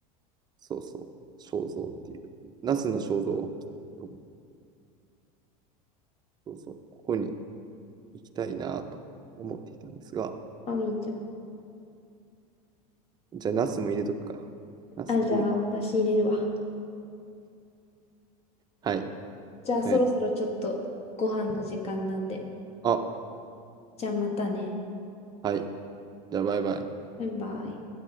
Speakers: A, on the right (about 20°); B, on the left (about 35°).
A: そうそう、肖像っていう。ナスの肖像大きいと思う。そうそう、ここに行きたいなと思っていたんですが、
B: あ、いいじゃん。
A: じゃあナスも入れとくか。ナス遠い。
B: あ、じゃあ私入れるわ。
A: はい。
B: じゃあそろそろちょっとご飯の時間なんで。
A: ねあ、
B: じゃあまたね。
A: はい。じゃあバイバイ。
B: バイバイ。